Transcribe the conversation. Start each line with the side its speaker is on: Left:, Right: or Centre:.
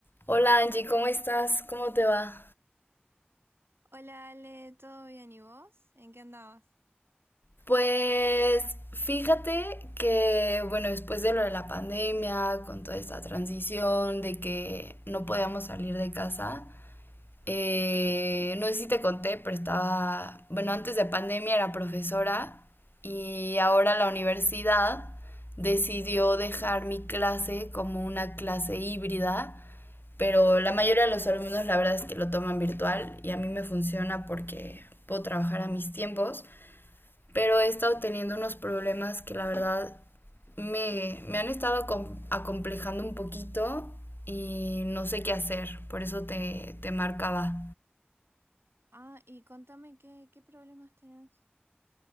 Left: Hola Angie, ¿cómo estás? ¿Cómo te va?
Right: Hola Ale, ¿todo bien y vos? ¿En qué andabas?
Left: Pues fíjate que, bueno, después de lo de la pandemia, con toda esta transición de que no podíamos salir de casa, eh, no sé si te conté, pero estaba, bueno, antes de pandemia era profesora y ahora la universidad decidió dejar mi clase como una clase híbrida Pero la mayoría de los alumnos la verdad es que lo toman virtual y a mí me funciona porque puedo trabajar a mis tiempos, pero he estado teniendo unos problemas que la verdad me, me han estado acomplejando un poquito y no sé qué hacer, por eso te, te marcaba.
Right: Ah, y contame qué, qué problemas tenés.